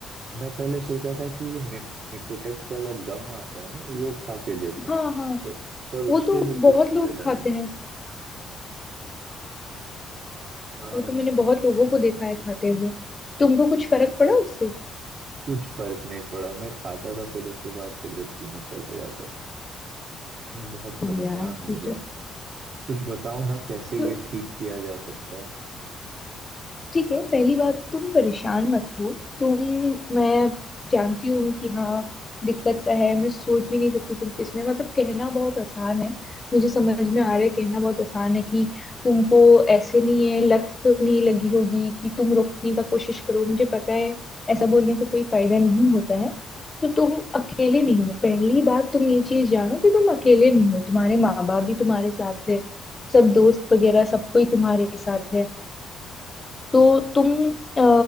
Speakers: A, on the right; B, on the left.
A: मैं पहले सोचा था कि वो नि, निकोटेक्स वाला गम आता है ना वो खा के देखो
B: हाँ
A: तो,
B: हाँ
A: पर
B: वो
A: उससे
B: तो
A: भी कुछ
B: बहुत लोग
A: फायदा
B: खाते
A: नहीं
B: हैं
A: हाँ
B: वो तो मैंने बहुत लोगों को देखा है खाते हुए तुमको कुछ फर्क पड़ा उससे
A: कुछ फर्क नहीं पड़ा मैं खाता था फिर उसके बाद सिगरेट पीने चला जाता था मैं बहुत
B: अरे
A: परेशान
B: यार
A: हो
B: ये
A: गया हूँ कुछ बताओ ना कैसे
B: तो
A: ये ठीक किया जा सकता है
B: ठीक है पहली बात तो तुम परेशान मत हो तुम मैं जानती हूँ कि हाँ दिक्कत का है मैं सोच भी नहीं सकती तुम किस में मतलब कहना बहुत आसान है मुझे समझ में आ रहा है कहना बहुत आसान है कि तुमको ऐसे नहीं है लत तो नहीं लगी होगी कि तुम रोकने का कोशिश करो मुझे पता है ऐसा बोलने से कोई फायदा नहीं होता है तो तुम अकेले नहीं हो पहली बात तुम ये चीज जानो कि तुम अकेले नहीं हो तुम्हारे माँ बाप भी तुम्हारे साथ है सब दोस्त वगैरह सब कोई तुम्हारे साथ है तो तुम अ,